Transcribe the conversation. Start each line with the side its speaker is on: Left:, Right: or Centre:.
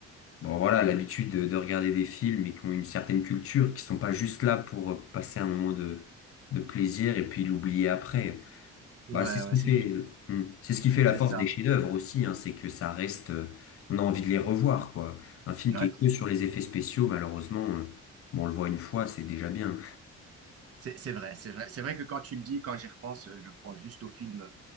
Left: Bon voilà, l'habitude de, de regarder des films et qui ont une certaine culture, qui sont pas juste là pour euh, passer un moment de, de plaisir et puis l'oublier après.
Right: ouais,
Left: Bah c'est ce
Right: ouais,
Left: qui
Right: c'est
Left: fait,
Right: juste,
Left: euh, hmm, c'est ce qui fait la
Right: c'est
Left: force
Right: ça.
Left: des chefs-d'œuvre aussi, hein, c'est que ça reste, euh, on a envie de les revoir quoi. Un film
Right: Ouais,
Left: qui est que sur les effets spéciaux, malheureusement, euh, bon on le voit une fois, c'est déjà bien.
Right: c'est c'est vrai, c'est vrai. C'est vrai que quand tu le dis, quand j'y repense, euh, je repense juste au film